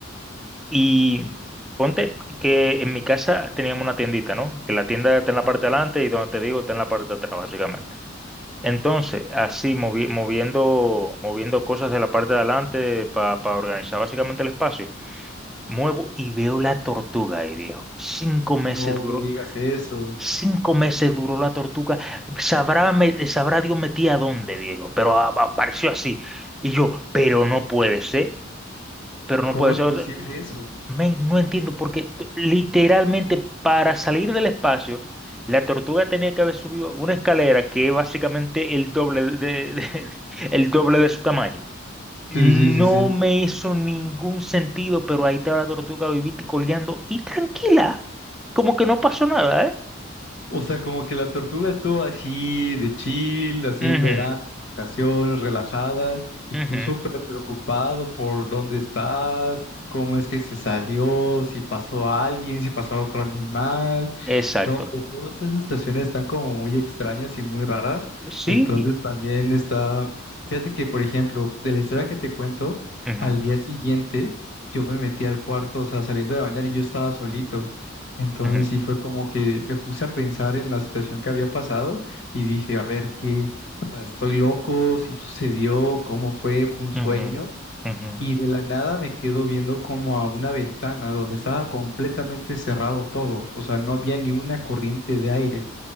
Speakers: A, in the centre; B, on the left (about 60°).
A: Y ponte que en mi casa teníamos una tiendita, ¿no? Que la tienda está en la
B: Ujú.
A: parte de adelante y donde te digo está en la parte de atrás, básicamente. Entonces, así movi- moviendo, moviendo cosas de la parte de adelante para organizar básicamente el espacio, muevo y veo la tortuga ahí, viejo. Cinco meses
B: No
A: duró
B: me digas eso.
A: Cinco meses duró la tortuga. Sabrá, me- sabrá Dios metía a dónde, viejo, pero a- apareció así. Y yo, pero no puede ser, pero no
B: ¿Cómo
A: puede
B: es
A: ser.
B: posible
A: O sea,
B: eso?
A: men, no entiendo porque t- literalmente para salir del espacio, la tortuga tenía que haber subido una escalera que es básicamente el doble de, de- de- <laughs> el doble de su tamaño. No
B: Sí, sí, sí, sí.
A: me hizo ningún sentido, pero ahí estaba la tortuga vivita y coleando y tranquila, como que no pasó nada, ¿eh?
B: O sea, como que la tortuga estuvo así de chill, así
A: Ujú,
B: en verano, vacaciones, relajada, y
A: ujú.
B: tú súper preocupado por dónde estás, cómo es que se salió, si pasó alguien, si pasó otro animal.
A: Exacto.
B: No, hombre, todas esas estaciones están como muy extrañas y muy raras.
A: Sí.
B: Entonces también está, fíjate que, por ejemplo, de la historia que te cuento,
A: Ujú,
B: al día siguiente yo me metí al cuarto, o sea, saliendo de bañar y yo estaba solito. Entonces
A: ujú,
B: sí fue como que me puse a pensar en la situación que había pasado y dije, a ver, ¿qué? O sea, ¿estoy loco? ¿Sí sucedió? ¿Cómo fue? ¿Fue un sueño?
A: ujú, ujú.
B: y de la nada me quedo viendo como a una ventana donde estaba completamente cerrado todo, o sea, no había ni una corriente de aire.